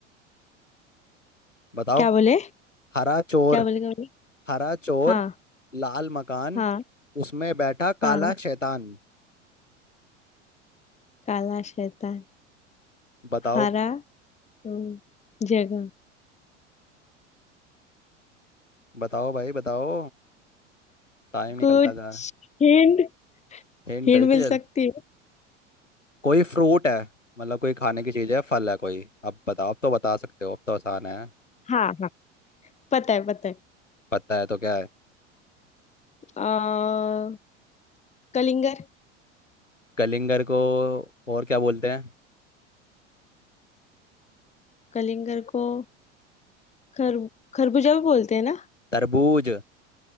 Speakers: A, on the left (about 85°); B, on the left (about 20°).
A: बताओ
B: क्या बोले
A: हरा चोर
B: क्या बोले क्या बोले
A: हरा चोर
B: हाँ
A: लाल मकान
B: हाँ
A: उसमें बैठा
B: हाँ
A: काला शैतान
B: काला शैतान
A: बताओ
B: हरा तो जगह
A: बताओ भाई बताओ टाइम निकलता
B: कुछ
A: जा रहा है
B: हिंट
A: हिंट
B: हिंट
A: हुई
B: मिल
A: थी चल
B: सकती है
A: कोई फ्रूट है मतलब कोई खाने की चीज है फल है कोई अब बताओ अब तो बता सकते हो अब तो आसान है
B: हाँ हाँ पता है पता है
A: पता है तो क्या है
B: आ, कलिंगर
A: कलिंगर को और क्या बोलते हैं
B: कलिंगर को खर खरबूजा भी बोलते हैं ना
A: तरबूज